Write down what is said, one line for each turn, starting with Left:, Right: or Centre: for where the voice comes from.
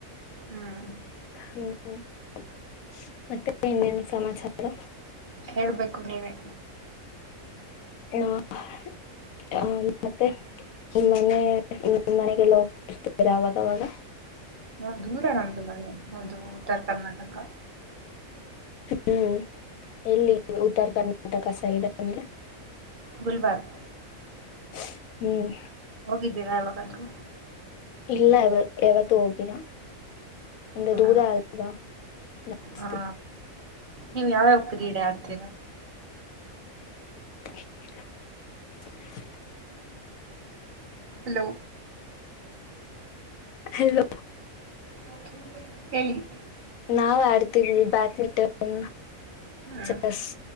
Right: ಹ್ಮ್
Left: ಹ್ಮ <inaudible> ಮತ್ತೆ ಇನ್ನೇನ ಸಮಾಚಾರ. <inaudible>
Right: ಹೇಳ್ಬೇಕು ನೀವೇ.
Left: ನಾ <unintelligible> ಹ ಮತ್ತೆ. ನಿಮ್ಮ್ ಮನೆ ನಿಮ್ಮ ಮನೆಗೆಲ್ಲ ಹೋಗತಾ ಇರತಿರಾ ಅವಾಗ ಅವಾಗ್
Right: ಹಾ ದೂರ ನಂದು ಮನೆ ಅದು ಉತ್ತರ ಕರ್ನಾಟಕ.
Left: ಹ್ಮ್ ಎಲ್ಲಿ ಉತ್ತರ ಕರ್ನಾಟಕ ಸೈಡ್ ಅಂದ್ರೆ.
Right: ಗುಲ್ಬರ್ಗ್.
Left: <unintelligible> ಹ್ಮ್
Right: ಹೋಗಿದ್ದೀರಾ ಯಾವಾಗಾದ್ರೂ.
Left: ಇಲ್ಲ ಯ ಯಾವತ್ತುೂ ಹೋಗಿಲ್ಲ ಅಂದ್ರೆ
Right: ಹಾ
Left: ದೂರ ಅಲ್ವಾ? ಜಾಸ್ತಿ
Right: ಹಾ ನೀವ ಯಾವ್ಯಾವ ಕ್ರೀಡೆ ಆಡ್ತೀರಾ?
Left: <inaudible>
Right: ಹಲೋ
Left: ಹಲೋ
Right: <unintelligible> ಏಯ್ಯ್
Left: ನಾವ್ ಆಡ್ತಿದ್ವಿ ಬ್ಯಾಡ್ಮಿಂಟನ
Right: ಹ್ಮ್
Left: ಚೆಸ್